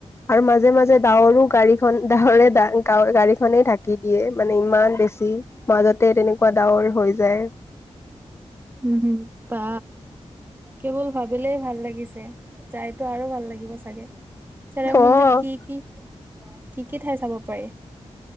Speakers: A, on the left; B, on the right.
A: আৰু মাজে মাজে ডাৱৰো গাড়ীখন ডাৱৰে ডা গা গাড়ীখন খনেই ঢাকি দিয়ে মানে ইমান বেছি মাজতে তেনেকুৱা ডাৱৰ হৈ যায়।
B: উমম বা কেৱল ভাবিলেই ভাল লাগিছে যাইতো আৰু ভাল লাগিব চাগে চেৰাপুঞ্জিত
A: অ
B: কি কি কি কি ঠাই চাব পাৰি?